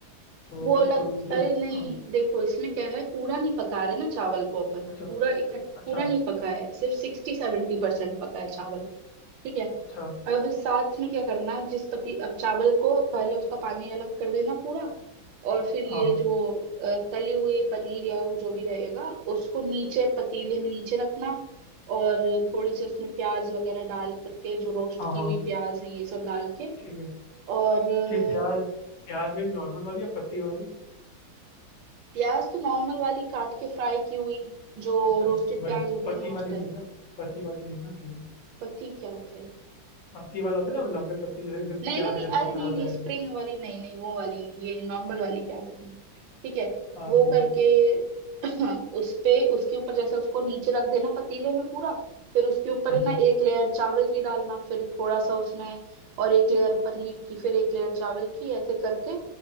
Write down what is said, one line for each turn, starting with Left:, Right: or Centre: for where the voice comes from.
Left: तो
Right: वो अलग
Left: तुम जो
Right: अरे नहीं
Left: हाँ,
Right: देखो इसमें क्या है पूरा नहीं पका रहे ना चावल को अपन
Left: अच्छा
Right: पूरा इकट्ठा
Left: अच्छा
Right: पूरा नहीं पका है सिर्फ सिक्सटी सेवेंटी परसेंट पका है चावल ठीक है
Left: अच्छा
Right: अब साथ में क्या करना जिस पति अब चावल को पहले उसका पानी अलग कर देना पूरा और फिर ये
Left: हाँ हाँ
Right: जो अ, तली हुई पनीर या वो जो भी रहेगा उसको नीचे पतीले में नीचे रखना और थोड़ी सी उसमें प्याज वगैरह डाल करके जो रोस्ट
Left: हाँ
Right: की
Left: हाँ
Right: हुई प्याज है ये सब डाल के
Left: ठीक है
Right: और अ,
Left: ठीक प्याज प्याज में भी नॉर्मल वाली या पत्ती वाली
Right: प्याज तो नॉर्मल वाली काट के फ्राई की हुई जो
Left: अच्छा
Right: रोस्टेड
Left: वही
Right: प्याज होती
Left: पत्ती
Right: है ना
Left: वाली
Right: उस टाइप
Left: लेना पत्ती वाली लेना ठीक है
Right: पति क्या होता है
Left: पत्ती वाला होता है ना वो लंबे पत्ती जैसे एकदम
Right: नहीं
Left: प्याज
Right: नहीं
Left: एकदम
Right: नहीं अरे
Left: छोटा
Right: नहीं
Left: सा होता
Right: नहीं स्प्रिंग
Left: है
Right: वाली नहीं नहीं वो वाली नहीं ये नॉर्मल वाली प्याज अपनी ठीक है
Left: हाँ
Right: वो
Left: ठीक
Right: करके
Left: है
Right: <coughs> <clears throat> उस पे उसके ऊपर जैसे उसको नीचे रख देना पतीले में पूरा फिर उसके ऊपर
Left: हम्म
Right: है ना एक लेयर चावल की डालना फिर थोड़ा सा उसमें और एक लेयर पनीर की फिर एक लेयर चावल की ऐसे करके